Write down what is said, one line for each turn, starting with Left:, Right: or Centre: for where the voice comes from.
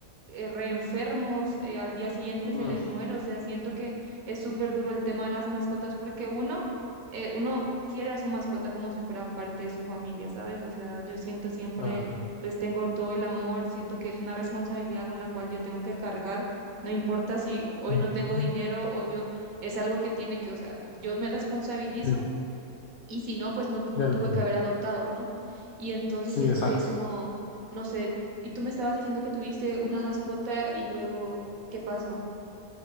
Right: eh, reenfermos, eh, al día siguiente
Left: Mm,
Right: se les muere, o sea, siento que es súper duro el tema de las mascotas porque uno, eh, uno quiere a su mascota como si fuera parte de su familia, ¿sabes? O sea, yo siento siempre,
Left: claro.
Right: les tengo todo el amor, siento que es una responsabilidad con la cual yo tengo que cargar, no importa si hoy
Left: Mm,
Right: no tengo dinero o yo, es algo que tiene que, o sea, po- yo me responsabilizo
Left: sí.
Right: y si no, pues no, no
Left: de algún.
Right: tuve que haber adoptado, ¿no? Y entonces
Left: Sí,
Right: siento
Left: exacto.
Right: que es como, no sé, y tú me estabas diciendo que tuviste una
Left: Mm,
Right: mascota y luego, ¿qué pasó?